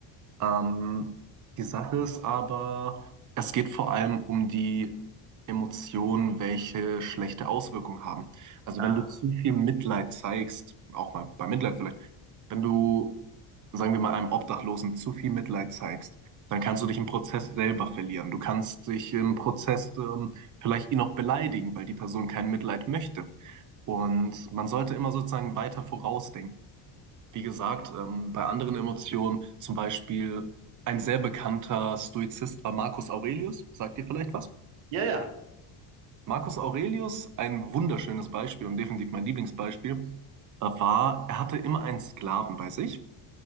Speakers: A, on the right; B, on the right.
A: Ähm, die Sache ist aber, es geht vor allem um die Emotionen, welche schlechte Auswirkungen haben. Also
B: Ah,
A: wenn du zu viel Mitleid zeigst, auch mal bei Mitleid vielleicht, wenn du, sagen wir mal, einem Obdachlosen zu viel Mitleid zeigst, dann kannst du dich im Prozess selber verlieren. Du kannst dich im Prozess ähm, vielleicht ihn auch beleidigen, weil die Person kein Mitleid möchte. Und man sollte immer sozusagen weiter vorausdenken. Wie gesagt, ähm, bei anderen Emotionen, zum Beispiel ein sehr bekannter Stoizist war Marcus Aurelius. Sagt dir vielleicht was?
B: Ja, ja.
A: Marcus Aurelius, ein wunderschönes Beispiel und definitiv mein Lieblingsbeispiel, äh, war, er hatte immer einen Sklaven bei sich.